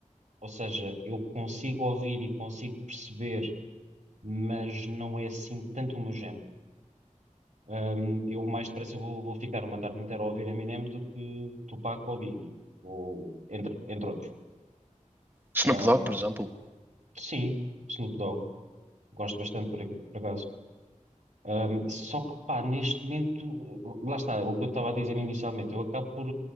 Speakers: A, on the right; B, on the right.
A: ou seja, eu consigo ouvir e consigo perceber, mas não é assim tanto o meu género. Um, eu mais depressa vou, vou ficar uma tarde inteira a ouvir Eminem do que Tupac ou Biggie, ou entre, entre outros.
B: Snoop
A: Um,
B: Dogg, por exemplo.
A: sim, Snoop Dogg, gosto bastante por, ac- por acaso. Ahm, só que, pá, neste momento, lá está, o que eu estava a dizer inicialmente, eu acabo por,